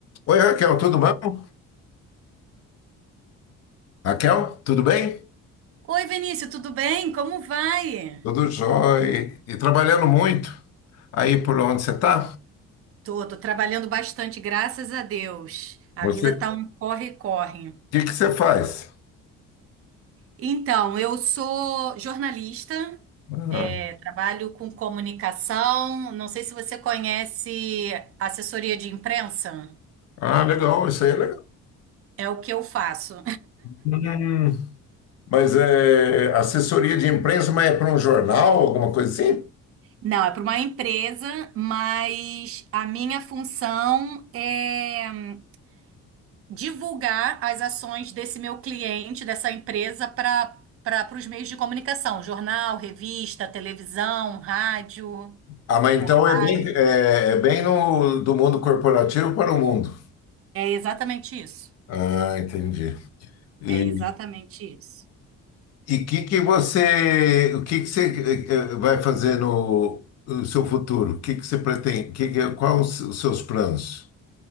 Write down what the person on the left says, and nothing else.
Oi, Raquel, tudo bom? Raquel, tudo bem?
Tudo jóia. E trabalhando muito. Aí por onde você está?
Você,
o
que que você faz?
Ah,
ah, legal, isso aí é legal.
Hum, mas é assessoria de imprensa, mas é para um jornal, alguma coisa assim?
Ah, mas
então é bem, é, é bem no, do mundo corporativo para o mundo.
Ah, entendi. E,
E que que você, o que que você eh, eh, vai fazer no, no seu futuro? O que que você pretende? Que que, qual os, os seus planos?